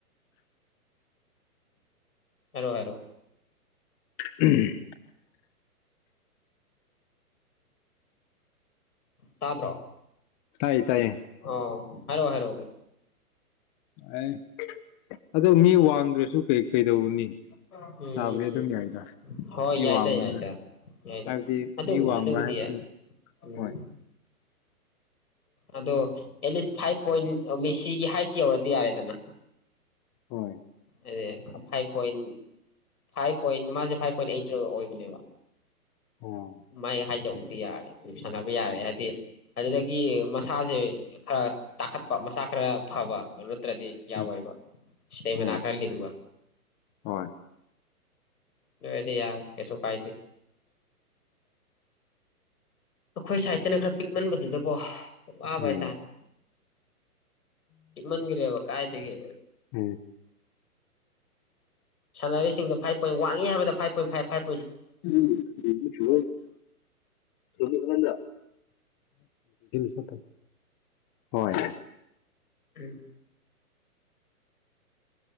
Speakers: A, on the left; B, on the left.
A: ꯑꯔꯣꯏ ꯑꯔ
B: ꯎꯝ
A: ꯇꯥꯕ꯭ꯔꯣ
B: ꯇꯥꯏꯌꯦ ꯇꯥꯏꯌꯦ
A: ꯑꯣ ꯍꯥꯏꯔꯣ ꯍꯥꯏꯔꯣ ꯍ
B: ꯑꯦ ꯑꯗꯣ ꯃꯤ ꯋꯥꯡꯗ꯭ꯔꯁꯨ ꯀꯩ ꯀꯩꯗꯧꯔꯨꯅꯤ
A: ꯎꯝ ꯎꯝ
B: ꯁꯥꯕꯗꯤ
A: ꯎꯝ
B: ꯑꯗꯨꯝ ꯌꯥꯏꯗ
A: ꯍꯣꯏ
B: ꯃꯤ
A: ꯌꯥꯏ
B: ꯋꯥꯡꯕꯅꯤꯅ
A: ꯇ ꯌꯥꯏ ꯇ ꯌꯥꯏ
B: ꯍꯥꯏꯕꯗꯤ
A: ꯑꯗꯨꯕꯨꯗꯤ
B: ꯃꯤ ꯋꯥꯡꯕ
A: ꯑꯗꯨꯕꯨꯗꯤ
B: ꯍꯥꯏꯁꯤ
A: ꯌꯥꯏ ꯎꯝ
B: ꯍꯣꯏ
A: ꯑꯗꯣ ꯐꯥꯏꯚ ꯄꯣꯏꯟ ꯃꯤꯁꯤꯒꯤ ꯍꯥꯏꯠ ꯌꯧꯔꯗꯤ ꯌꯥꯔꯦꯗꯅ
B: ꯍꯣꯏ
A: ꯑꯗꯨꯗꯦ ꯐꯥꯏꯕ ꯄꯣꯏꯟ ꯐꯥꯏꯚ ꯄꯣꯏꯟ ꯃꯥꯁꯦ ꯐꯥꯏꯚ ꯄꯣꯏꯟ ꯑꯩꯠꯇꯒ ꯑꯣꯏꯕꯅꯦꯕ
B: ꯍꯣꯏ
A: ꯃꯥꯏ ꯍꯥꯏꯗꯧꯕꯗꯤ ꯌꯥꯔꯦ ꯁꯥꯟꯅꯕ ꯌꯥꯔꯦ ꯍꯥꯏꯕꯗꯤ ꯑꯗꯨꯗꯒꯤ ꯃꯁꯥꯁꯦ ꯈꯔ ꯇꯥꯈꯠꯄ ꯃꯁꯥ ꯈꯔ ꯐꯕ ꯑꯗꯨ ꯠꯇ꯭ꯔꯗꯤ ꯌꯥꯎꯋꯣꯏꯕ
B: ꯎꯝ
A: ꯏꯁꯇꯦꯃꯤꯅꯥ
B: ꯍꯣꯏ
A: ꯈꯔ ꯂꯤꯡꯕ
B: ꯍꯣꯏ
A: ꯑꯗꯨꯗꯤ ꯌꯥ ꯀꯩꯁꯨ ꯀꯥꯏꯗ ꯑꯩꯈꯣꯏ ꯁꯥꯏꯗꯠꯇꯅ ꯈꯔ ꯄꯤꯛꯃꯟꯕꯗꯨꯗꯀꯣ ꯋꯥꯕꯥꯏ
B: ꯎꯝ
A: ꯇꯥꯔꯦ ꯏꯤꯛꯃꯟꯒꯔꯤꯦꯕ ꯀꯥꯏ ꯇꯒꯤ
B: ꯎꯝ
A: ꯁꯥꯟꯅꯔꯤꯁꯤꯡꯣ ꯐꯥꯏꯚ ꯄꯣꯏꯟ ꯋꯥꯡꯉꯤ ꯍꯥꯏꯕꯗ ꯐꯥꯏꯚ ꯣꯏ ꯐꯥꯏ ꯐꯥꯏ
B: ꯎꯝ ꯆ ꯁ ꯆꯒꯗ ꯁ ꯍꯣꯏ
A: ꯎꯝ